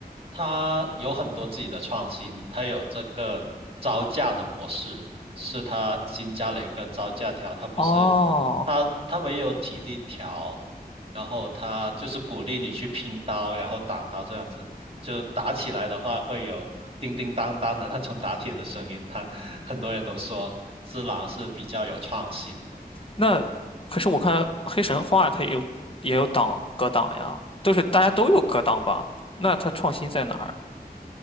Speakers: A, on the right; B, on the left.
A: 它有很多自己的创新，它有这个招架的模式，是它新加了一个招架条，它不是
B: 哦，
A: 它它没有体力条。然后他就是鼓励你去拼刀，然后挡刀这样子，就打起来的话会有叮叮当当的那种打铁的声音。他 <laughs> 很多人都说只狼是比较有创新的。
B: 那可是我看黑神话它也有也有挡格挡呀，都是大家都有格挡吧？那它创新在哪儿？